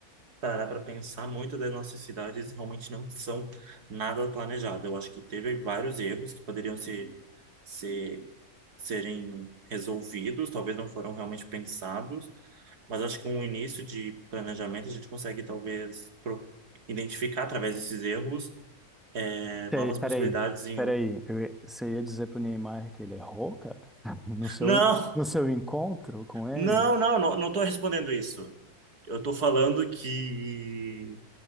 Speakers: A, on the right; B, in the centre.
A: parar para pensar, muitas das nossas cidades realmente não são nada planejadas. Eu acho que teve vários erros que poderiam ser. ser serem resolvidos, talvez não foram realmente pensados, mas acho que com o início de planejamento a gente consegue talvez pro- identificar através desses erros é,
B: Sei,
A: novas
B: Peraí,
A: possibilidades em...
B: peraí.
A: o-
B: Eu ia- você ia dizer pro Niemeyer que ele errou, cara? <laughs> No seu,
A: Não,
B: no seu encontro com ele?
A: não, não, não, não estou respondendo isso. Eu estou falando que